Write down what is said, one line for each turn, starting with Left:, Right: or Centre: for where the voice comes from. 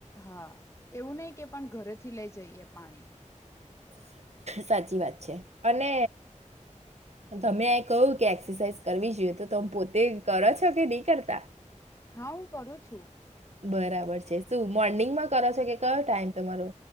Left: હા એવું નહી કે પણ ઘરેથી લઈ જઈએ પાણી.
Right: સાચી વાત છે અને તમે આએ કહ્યું કે એક્સરસાાઈઝ કરવી જોઈએ તો, તમ પોતે કરો છો કે નહીં કરતા?
Left: હા, હું કરું છું.
Right: બરાબર છે શું મોર્નિંગમાં. કરો છો કે કયો ટાઈમ તમારો.